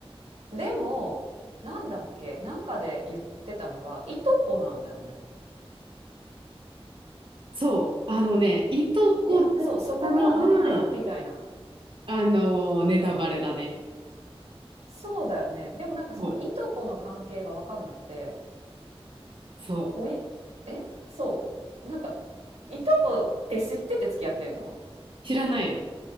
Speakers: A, on the right; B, on the right.
A: でもなんだっけなんかで言ってたのがいとこなんだよね
B: そう。あのね、いとこだったのは、
A: いやそうそこがなんか「えみたいな
B: あのーネタバレだね。
A: そうだよねでもなんかそのいとこの関係が分かんなくて
B: そう。そう。
A: 「おいえそうなんかいとこって知ってて付き合ってんの
B: 知らないの。